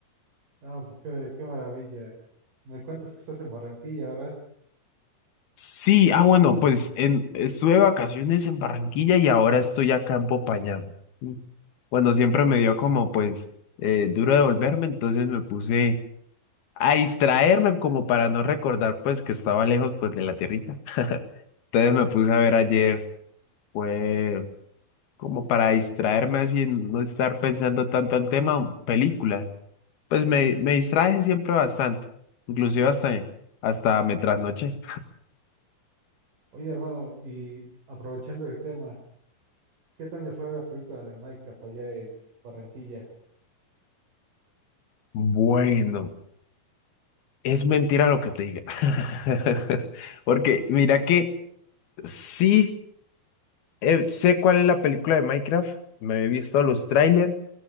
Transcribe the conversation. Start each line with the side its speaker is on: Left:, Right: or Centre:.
Right: Ah, pues qué, qué maravilla. Me cuentas que estás en Barranquilla, ¿verdad?
Left: Sí, ah bueno, pues en, estuve de vacaciones en Barranquilla y ahora estoy acá en Popayán. Mm. Bueno,
Right: Ah,
Left: siempre
Right: perfecto.
Left: me dio como pues eh, duro devolverme, entonces me puse a distraerme como para no recordar pues que estaba lejos pues de la tierrita. Entonces
Right: <laughs>
Left: me puse a ver ayer, fue como para distraerme así, no estar pensando tanto en tema, películas. Pues me, me distraje siempre bastante, inclusive hasta, hasta me trasnoché.
Right: Oye, hermano, y aprovechando el tema, ¿qué tal le fue a la película de Minecraft allá en Barranquilla?
Left: Bueno, es mentira lo que te diga. <laughs> Porque mira que sí eh, sé cuál es la película de Minecraft, me he visto los trailers,